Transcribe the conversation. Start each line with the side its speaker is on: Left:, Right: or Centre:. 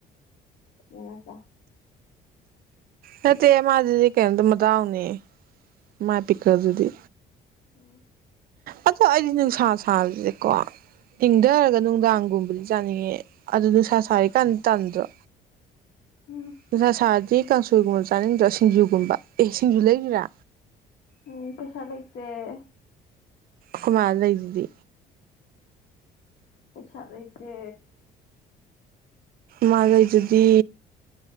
Left: ꯌꯦꯅꯀ
Right: ꯍ ꯇ ꯃꯥꯖꯤꯗꯤ ꯀꯗ ꯃꯗꯥꯎꯅꯤ ꯃꯥ ꯄꯀꯥꯗꯨꯗꯤ
Left: ꯎꯝ
Right: ꯑꯗꯣ ꯑꯩꯗꯤ ꯅꯨꯡꯁꯥ ꯁꯥꯕꯁꯦꯀꯣ ꯏꯪꯊꯔꯒ ꯅꯨꯡꯗꯥꯡꯒꯨꯝꯕꯗꯤ ꯆꯥꯅꯤꯡꯉꯦ ꯑꯗꯨ ꯅꯨꯡꯁꯥ ꯁꯥꯔꯤꯀꯥꯟꯗ ꯇꯟꯗ꯭ꯔꯣ
Left: ꯎꯝ
Right: ꯑꯗꯨꯁ ꯁꯥꯗꯤ ꯀꯥꯡꯁꯣꯏꯒꯨꯝꯕ ꯆꯥꯅꯤꯡꯗ꯭ꯔꯥ ꯁꯤꯡꯖꯨꯒꯨꯝꯕ ꯑꯦ ꯁꯤꯡꯖꯨ ꯂꯩꯔꯤꯔꯥ
Left: ꯎꯝ ꯁꯦꯁꯗ ꯎꯆ
Right: ꯀ ꯃꯥꯜ ꯂꯩꯗꯨꯗꯤ
Left: ꯑꯩ ꯆꯗꯩ ꯀ
Right: ꯃꯥꯒꯩꯗꯨꯗꯤ